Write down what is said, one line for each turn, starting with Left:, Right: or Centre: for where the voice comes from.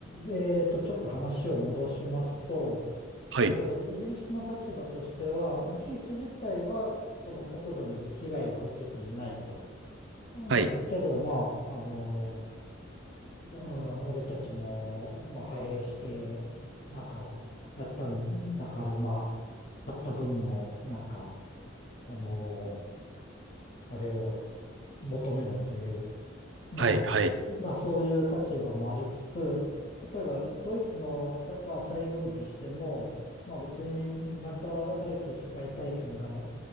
Left: あ、えっと、ちょっと話を戻しますと、なるほど。
Right: い、
Left: イギリスの立場としては、イギリス自体は、その国土に被害は受けていないと。うん。
Right: はい、
Left: けど、まあ、あのうん、俺たちも、まあ、派兵して、なんか、やったんだから、まあ、買った分の、なんか、あのあれを求めろという、まあ、
Right: はい、はい。
Left: まあ、そういう立場もありつつ、例えば、ドイツのさが再軍備しても、まあ、別に、また第一次世界大戦が